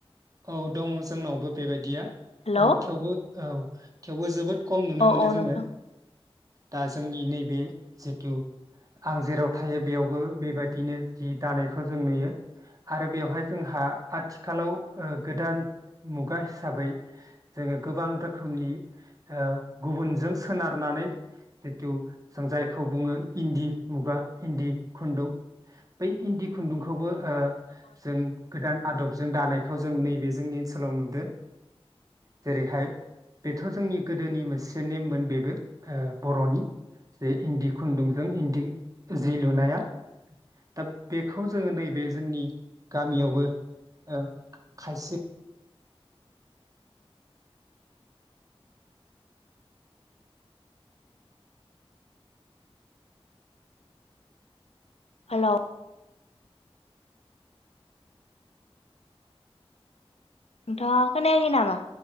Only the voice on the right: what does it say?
औ दं जोंनावबो बेबायदिया
औ थेवबो औ। थेवबो जोबोद- खम नुनो
मोनो
जोङो।
दा जोंनि नैबे जिथु- आं जेराव थायो बेयावबो बेबायदि- बिनो जि दानायखौ जों नुयो आरो बेवहाय जोंहा आथि- खालाव गोदान मुगा हिसाबै जोङो गोबां रोखोमनि ओ गुबुनजों सोनारनानै जिथु जों जायखौ बुङो इन्दि मुगा इन्दि खुन्दुं बै इन्दि खुन्दुंखौबो ओ- जों गोदान आदब- दानायखौ जों नैबे जोंनि ओनसोलाव नुदो। जेरैहाय बेथ' जोंनि गोदोनि मोनसे नेममोन बेबो ओ बर'नि जे इन्दि खुन्दुंजों इन्दि जि लुनाया दा बेखौ जोङो नैबे जोंनि गामियावबो। औ खायसे-